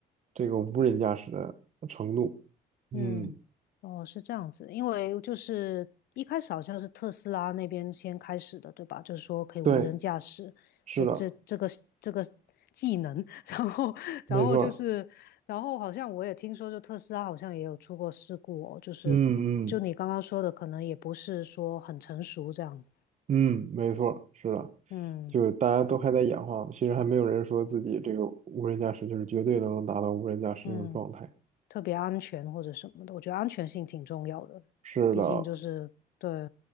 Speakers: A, on the right; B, on the left.
A: 这个无人驾驶的程度。嗯，
B: 嗯，哦，是这样子，因为就是一开始好像是特斯拉那边先开始的，对吧？就是说可以无人驾驶，
A: 对，是的，
B: 这这这个这个技能，<laughs> 然后然后就是，
A: 没错儿，
B: 然后好像我也听说，就特斯拉好像也有出过事故哦，就是就你刚刚说的，
A: 嗯嗯。
B: 可能也不是说很成熟这样，
A: 嗯，没错是的，
B: 嗯
A: 就大家都还在演化，其实还没有人说自己这个无人驾驶就是绝对能达到无人驾驶这种状态。
B: 嗯，特别安全或者什么的，我觉得安全性挺重要的，
A: 是的，
B: 毕竟就是对，